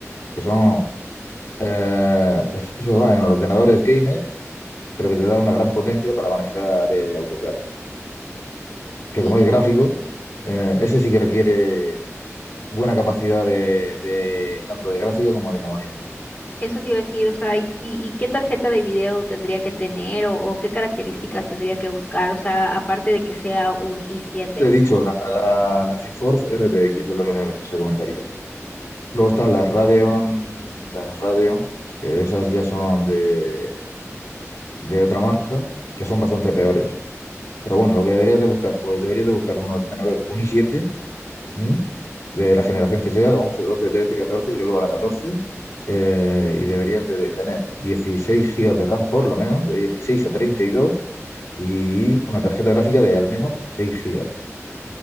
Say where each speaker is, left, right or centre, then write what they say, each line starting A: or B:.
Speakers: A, on the left; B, on the left.
A: que son, eh, es- eso va en ordenadores gamer, pero que te da una gran potencia para manejar el AutoCAD, que
B: y
A: como es gráfico, eh, ese sí que requiere buena capacidad de, de- tanto de gráfica como de memoria RAM.
B: Eso te iba a decir, o sea, ¿y, y- y qué tarjeta de video tendría que tener o, o qué características tendría que buscar? O sea, aparte de que sea un i7.
A: Te he dicho, la, la, la GeForce RTX es lo que te recomendaría. Luego están
B: Oh.
A: las Radeon, las Radeon, que esas ya son de, de otra marca, que son bastante peores. Pero bueno, lo que deberías de buscar, pues deberías de buscar un ordenador, un i7, ¿m? de la generación que sea, de 11 12 13 14 creo que va la 14 eh, y deberías de, de tener 16 gigas de RAM por lo menos, de 16 a treinta y dos y una tarjeta gráfica de al menos 6 gigas.